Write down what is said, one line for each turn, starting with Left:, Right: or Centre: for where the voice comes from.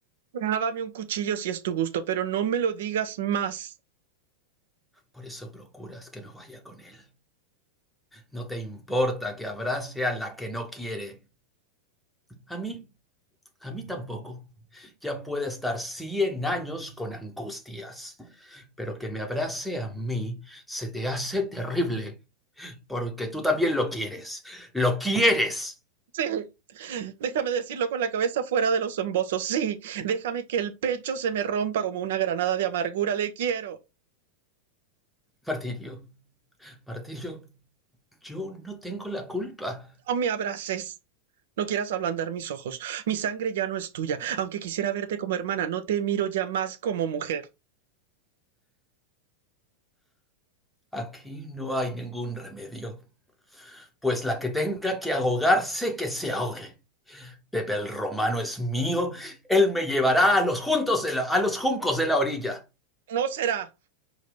Right: Dábame un cuchillo si es tu gusto, pero no me lo digas más.
Centre: Por eso procuras que no vaya con él. No te importa que abrace a la que no quiere. A mí, a mí tampoco. Ya puede estar 100 años con angustias, pero que me abrace a mí se te hace terrible, porque tú también lo quieres. Lo quieres.
Right: Sí. Déjame decirlo con la cabeza fuera de los embozos. Sí. Déjame que el pecho se me rompa como una granada de amargura. Le quiero.
Centre: Martirio, Martirio, yo no tengo la culpa.
Right: No me abraces. No quieras ablandar mis ojos. Mi sangre ya no es tuya. Aunque quisiera verte como hermana, no te miro ya más como mujer.
Centre: Aquí no hay ningún remedio, pues la que tenga que ahogarse, que se ahogue. Pepe el Romano es mío, él me llevará a los, juntos de la- a los juncos de la orilla.
Right: No será.